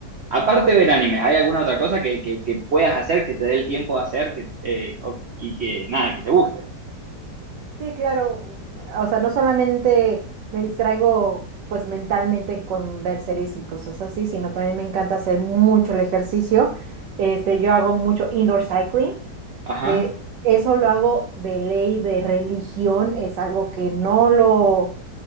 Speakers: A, on the right (about 65°); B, on the right (about 85°).
A: Aparte de ver animes, ¿hay alguna otra cosa que, que- que puedas hacer, que te dé el tiempo de hacer que, eh, o- y que nada, que te guste?
B: sí, claro, o sea, no solamente me distraigo pues mentalmente con ver series y cosas así, sino también me encanta hacer mucho el ejercicio, este, yo hago mucho indoor cycling,
A: Ajá.
B: que... Eso lo hago de ley, de religión, es algo que no lo,